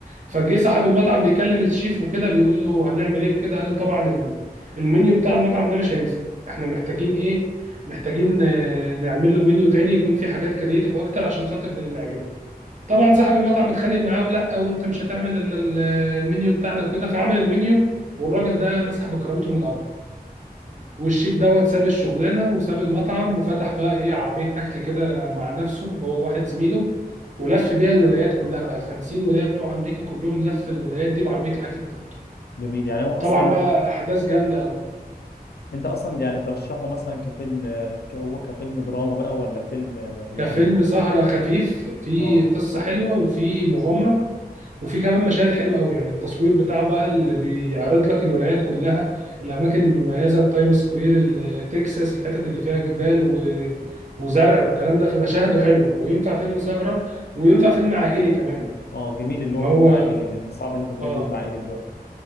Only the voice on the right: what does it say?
فجه صاحب المطعم بيكلم الشيف وكده بيقول له هنعمل ايه وكده قال له طبعا ال- المنيو بتاع المطعم ده مش هينفع احنا محتاجين ايه محتاجين آه، نعمل له منيو تاني يكون فيه حاجات كرييتيف اكتر عشان خاطر نعجبه طبعا صاحب المطعم اتخانق معاه ولا وانت مش هتعمل ال- ال- المنيو بتاعنا وكده فعمل المنيو والراجل ده مسح بكرامته من الارض والشيف دوت ساب الشغلانه وساب المطعم وفتح بقى ايه عربيه اكل كده مع نفسه هو واحد زميله ولف بيها الولايات كلها بقى ال 50 ولايه بتوع امريكا كلهم لف الولايات دي بعربيه الاكل بتاعته
طبعا
بقى احداث جامده قوي
ده فيلم سهره خفيف فيه
قصه حلوه وفيه مغامره وفي كمان مشاهد حلوه قوي يعني التصوير بتاعه بقى اللي بيعرض لك الولايات كلها الاماكن المميزه التايم سكوير ال- تكساس الحتت اللي فيها جبال و... وزرع والكلام ده فمشاهده حلوه وينفع فيلم سهره وينفع فيلم عائلي كمان
ان
هو
اه